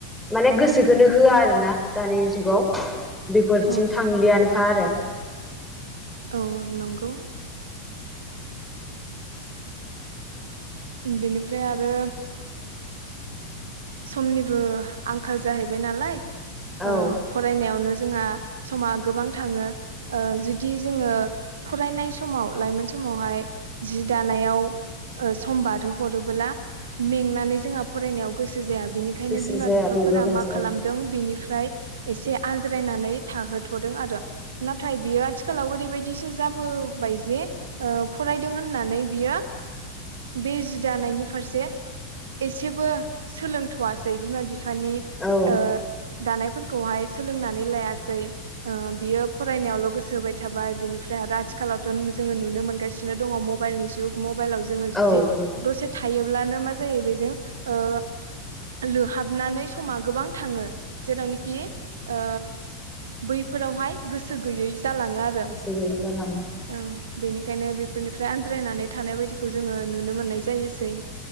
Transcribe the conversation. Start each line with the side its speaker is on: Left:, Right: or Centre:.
Centre: माने गोसोखौनो होआ आरो ना दानि जुगाव बेफोरथिं
Right: औ
Centre: थांलियानोखा आरो
Right: औ नंगौ बेनिफ्राय आरो समनिबो आंखाल जाहैबाय नालाय
Centre: औ
Right: ओ फरायनायावनो जोंहा समा गोबां थाङो ओ जुदि जोङो फरायनाय समाव लाइमोन समावहाय जि दानायाव सम बारो हरोबोला मेंनानै जोंहा फरायनायाव गोसो जाया बिनिखायनो
Centre: गोसो
Right: बिमा
Centre: जाया
Right: बिफाफोरा
Centre: बेबो मोनसे
Right: मा खालामदों
Centre: औ
Right: बेनिफ्राय एसे आनज्रायनानै थाहोथ'दों आरो नाथाय बियो आथिखालाव ओरैबायदिसो जाबो बाय जे ओ फरायदों होननानै बियो बे जि दानायनि फारसे एसेबो सोलोंथ'वासै बिमा बिफानि
Centre: औ
Right: ओ दानायफोरखौहाय सोलोंनानै लायासै बियो ओ फरायनायावल' गोसो होबाय थाबाय बिनि फ्राय आरो आथिखालावथ' जों नुनो मोनगासिनो दङ मबाइलनि जुग मबाइलाव जोङो
Centre: औ
Right: जुदि
Centre: औ
Right: दसे थायोब्लानो मा जायो बेजों ओ लोहाबनानै समा गोबां थाङो जेरावनाखि ओ बैफोरावहाय गोसो गैयै जालाङो आरो
Centre: गोसो गैयै जालाङो
Right: ओम बेनिखायनो बेफोरनिफ्राय आनज्रायनानै थानाय बायदिखौ जोङो नुनो मोननाय जायोसै